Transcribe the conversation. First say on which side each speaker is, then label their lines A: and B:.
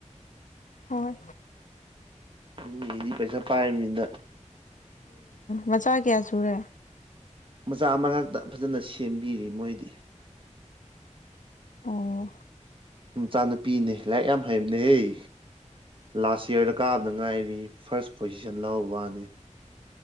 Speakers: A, on the left; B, on the right.
A: ꯍꯣꯏ
B: ꯃꯤꯗꯤ ꯄꯩꯁꯥ ꯄꯥꯏ ꯃꯤꯅ
A: ꯃꯆꯥ ꯀꯌꯥ ꯁꯨꯔꯦ
B: ꯃꯆꯥ ꯑꯃ ꯉꯥꯛꯇ ꯐꯖꯅ ꯁꯦꯝꯕꯤꯔꯤ ꯃꯣꯏꯗꯤ
A: ꯍꯣ
B: ꯃꯆꯥ ꯅꯨꯨꯄꯤꯅꯦ ꯂꯥꯏꯔꯤꯛ ꯌꯥꯝ ꯍꯩꯕꯅꯦ ꯍꯩ ꯂꯥꯁ ꯌꯥꯔꯗ ꯀꯥꯕꯗ ꯉꯥꯏꯔꯤ ꯐꯥꯔꯁ ꯄꯣꯖꯤꯁꯟ ꯂꯧ ꯋꯥꯅꯤ